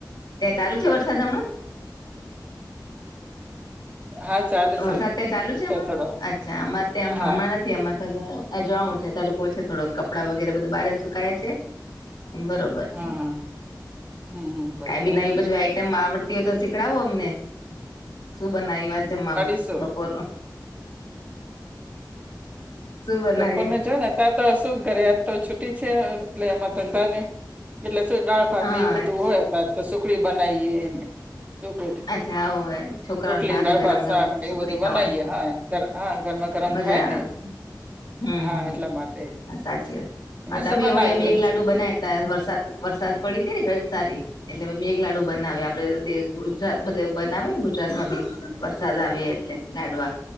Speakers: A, on the left; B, on the right.
A: ત્યાં ચાલુ છે વરસાદ હમણાં?
B: હા ચાલુ
A: વરસાદ
B: છે
A: ત્યાં ચાલુ છે
B: થો
A: હમણા?
B: થોડો
A: અચ્છા અમારે ત્યાં
B: હા
A: હ એમાં તો અજાણું છે તડકો છે થોડો કપડાં વગેરે બધું બારે સુકાય છે. એમ બરોબર
B: હા
A: છે
B: હા હમ હમ બરોબર
A: કઈ બી નવી બછી આઈટમ આવડ તેઓ તો શીખડાવો અમને શું બનાવી વાત જમમા
B: શું?
A: બપોર નું? શું બનાવ્યું
B: બપોર ને જો ને, ત તો શું ઘરે આજ તો છુટી છે એટલે એમાં ધંધા ની એટલે શું ડાળ, ભાત
A: હા
B: ને એ બધું
A: અચ્છા
B: હોય ત્યારે તો સુખડી બનાવીએ એ, શું ક?
A: અચ્છા આવો છોકરાઓને
B: રોટલી
A: ભાવે
B: દાળભાત
A: ગરમ ગરમ
B: શાક ને
A: સુખડી
B: એવું બધું
A: ખાવાની
B: બનાવીયે હા ગર હા ગરમા ગરમ
A: મજા
B: ખાય
A: આવે
B: ને,
A: હમ
B: હા એટલા માટે
A: સાચી વાત હા તમે
B: શું બનાવ્યું
A: વળી અમે એક
B: આજ
A: લાડુ બનાય. ત વરસાદ વરસાદ પડી હતી ને સારી એટલે મેઘલાડુ બનાવે આપડે ગજરાત બધ બનાવે ને ગુજરાત માં બી વરસાદ આવે એટલે લડવા,